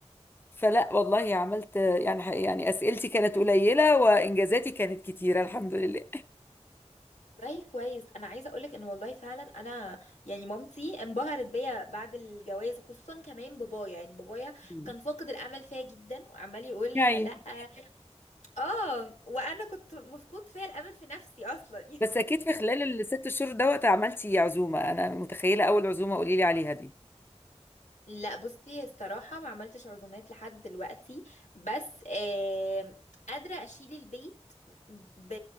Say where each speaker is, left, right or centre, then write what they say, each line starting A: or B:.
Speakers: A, on the left; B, on the left.
A: فلا والله عملت يعني يعني اسئلتي كانت قليله وانجازاتي كانت كتيره الحمد لله
B: والله كويس انا عايزه اقولك ان والله فعلا انا يعني مامتي انبهرت بيا بعد الجواز خصوصا كمان بابايا يعني بابايا
A: مم.
B: كان فاقد الامل فيا جدا وعمال يقول
A: <laughs> يعني
B: لا <laughs> اه وانا كنت مفقود فيا الامل في نفسي اصلا <laughs>
A: بس اكيد في خلال الست شهور دوت عملتي عزومه انا متخيله اول عزومه قولي لي عليها دي
B: لا بصي الصراحة ما عملتش عزومات لحد دلوقتي بس آه قادرة أشيل البيت ب...